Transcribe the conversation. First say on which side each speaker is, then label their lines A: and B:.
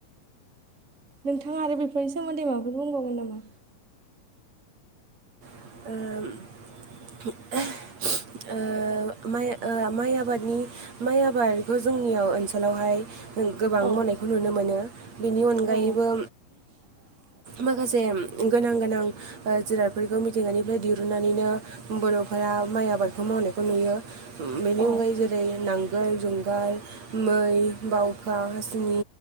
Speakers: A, on the right; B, on the right.
A: नोंथाङा आरो बेफोरनि सोमोन्दै माबाफोर बुंबावगोन नामा?
B: ओ <unintelligible> म माइ ओ माइ आबादनि माइ आबादखौ जोंनियाव ओनसोलावहाय गोबां
A: औ
B: मावनायखौ नुनो मोनो बेनि अनगायैबो
A: औ <inaudible>
B: माखासे गोनां गोनां ओ जुनादफोरखौ मिथिंगानिफ्राय दिरुननानैनो बर'फोरा माइ आबादखौ मावनायखौ नुयो बेनि
A: औ
B: अनगायै जेरै नांग गोर जुंगाल मै बावखा हासिनि